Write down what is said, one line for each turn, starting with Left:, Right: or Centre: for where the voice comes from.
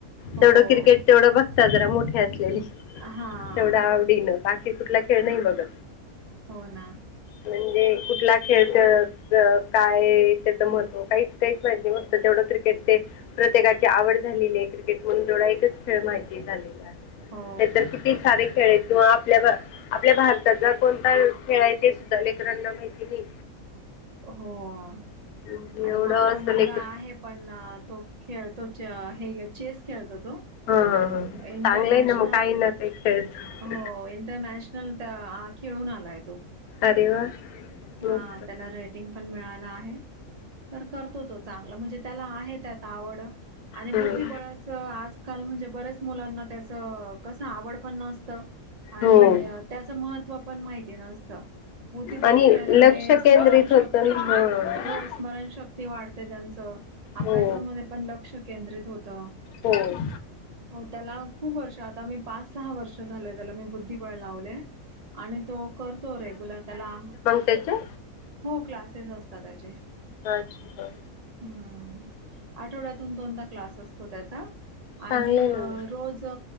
Right: हो.
Left: तेवढं क्रिकेट तेवढं बघता जरा मोठीे असलेले अ
Right: हा
Left: तेवढं आवडीनं बाकी ते कुठला खेळ नाही बघत
Right: हो ना
Left: म्हणजे कुठला खेळ त त काय त्याचं महत्व हो काहीच काहीच माहिती नाही फक्त तेवढं क्रिकेट ते प्रत्येकाची आवड झालेली आहे क्रिकेट म्हणून तेवढा एकच त्याला माहिती झालेला आहे
Right: हो
Left: नाही तरर किती सारे खेळ तू आप आपल्या अ आपल्या भारताचा कोणता खेळ आहे ते सुद्धा लेकरांना माहिती नाही
Right: हो अ
Left: म्हणजे
Right: आता
Left: एवढं
Right: माझा
Left: असं
Right: मुलगा
Left: लेकर
Right: आहे पण अ तो खेळतो अ च हे चेस खेळतो होतो
Left: हां हां हां
Right: इंटरनॅशनल
Left: चांगलं आहे ना मग काही ना काही खेळत
Right: हो इंटरनॅशन खेळून आलाय तो
Left: अरे वा
Right: हा
Left: मस्त
Right: आ त्याला रेटिंग पण मिळाला आहे तर करतो तो चांगला म्हणजे त्याला आहे त्यात आवड आणि बुद्धिबळाचं
Left: हम्म.
Right: आजकाल म्हणजे बऱ्याच मुलांना त्याचं कसं आवड पण नसतं आणि
Left: हो
Right: अ त्याच महत्व पण माहिती नसतं बुद्धिबळ
Left: आणि
Right: खेळ तेने
Left: लक्ष
Right: स्मरण
Left: केंद्रित
Right: शक्ती
Left: होतं ना हां
Right: हो स्मरणशक्ती वाढते त्यांचं अभ्यासामध्ये
Left: हो
Right: पण लक्ष केंद्रित होतं
Left: हो आओ
Right: होत अ खप वर्ष आ मी पाच सहा वर्ष झाल त्याला मी बुद्धीबळ लावले आणि तो अ करतो रेग्युलर त्याला
Left: त्याच्या
Right: हो क्लासेस असतात त्याचे
Left: अच्छा
Right: ह आठवड्यात दोन दोनदा क्लास असतो त्याचा आणि
Left: चांगले
Right: अ
Left: ना मग
Right: रोज अ